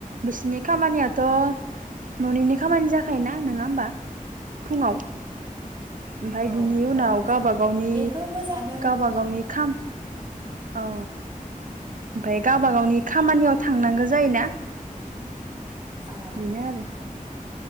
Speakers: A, on the right (about 65°); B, on the right (about 30°).
A: बिसोरनि खामानियाथ' न'नि खामानि जाखायोना नंङा होमबा फुंङाव ओमफ्राय
B: औ
A: बिनि उनाव
B: औ औ
A: गावबा गावनि
B: बेफोर मोजाङानो
A: गावबा गावनि खाम ओ। ओमफ्राय गावबा गावनि खामानियाव थांनांगौ जायोना।
B: औ
A: बिनो आरो